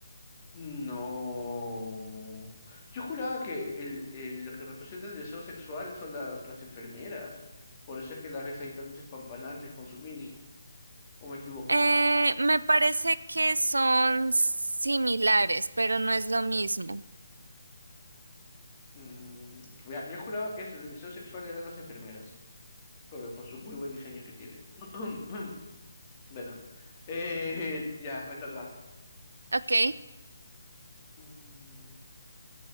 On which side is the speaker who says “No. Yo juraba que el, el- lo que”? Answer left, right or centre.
Left